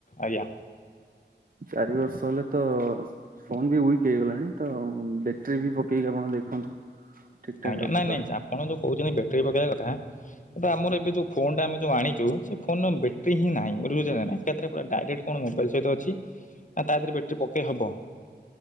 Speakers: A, on the left (about 45°); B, on the right (about 50°).
A: ଆଜ୍ଞା
B: ଚାରି ବର୍ଷ ହେଲେ ତ ଫୋନ ବି ୱିକ ହେଇଗଲାଣି ତ ବ୍ୟାଟେରୀ ବି ପକେଇକି ଆପଣ ଦେଖନ୍ତୁ। ଠିକ ଠାକ
A: ଆଜ୍ଞା
B: ରଖିପାରେ।
A: ନାଇଁ ନାଇଁ ଆପଣ ଯୋଉ କହୁଛନ୍ତି ବ୍ୟାଟେରୀ ପକେଇବା କଥା ଆମର ଏବେ ଯୋଉ ଫୋନ ଟା ଆମେ ଯୋଉ ଆଣିଚୁ ସେ ଫୋନ୍ ର ବେଟ୍ରୀ ହଁ ନାହିଁ ବୁଝିପାରୁଚ ନା ଏକାଥରେ ପୁରା ଡାଇରେକ୍ଟ କଣ ମୋବାଇଲ ସହିତ ଅଛି ନା ତା ଦେହରେ ବ୍ୟାଟେରୀ ପକେଇ ହବ